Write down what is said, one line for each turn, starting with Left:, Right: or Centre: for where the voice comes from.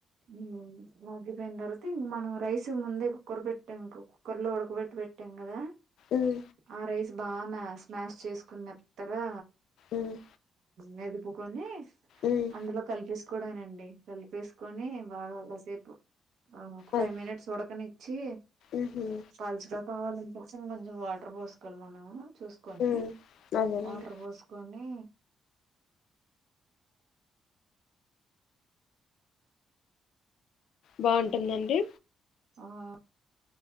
Right: ఉమ్ అవును ఆగిపోయిన తర్వాత మనం రైస్ ముందే కుక్కరు పెట్టాం ఇంకో కుక్కర్లో ఉడకబెట్టి పెట్ట పెట్టాం కదా
Left: ఉమ్,
Right: ఆ రైస్ బాగా మ స్మాష్ చేసుకుని మెత్తగా
Left: ఉమ్,
Right: మెదుపుకొని
Left: ఉమ్,
Right: అందులో కలిపేసుకు కూడానండి కలిపేసుకొని బాగా కాసేపు ఒక ఫైవ్
Left: అద్-
Right: మినిట్స్ ఉడకని చి
Left: ఉహుం,
Right: పలుచగా కావాలంటటే ఇంకొంచెం వాటర్ పోసుకోవాలి మనము చూసుకొని
Left: ఉమ్, అదేనండి
Right: వాటర్ పోసుకొని
Left: బాగుంటుందండి
Right: ఆ